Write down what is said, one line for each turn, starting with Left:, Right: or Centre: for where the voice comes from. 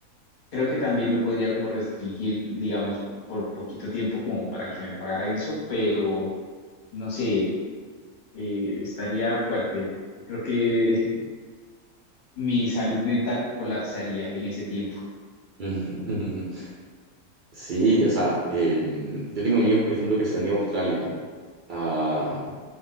Left: Creo que también me podría como restringir, digamos, por poquito tiempo como para que me pagaran eso, pero no sé, eh, estaría fuerte. Creo que <laughs> mi salud mental colapsaría en ese tiempo.
Right: <laughs> Sí, o sea, eh, yo tengo amigos, por ejemplo, que se han ido a Australia. a-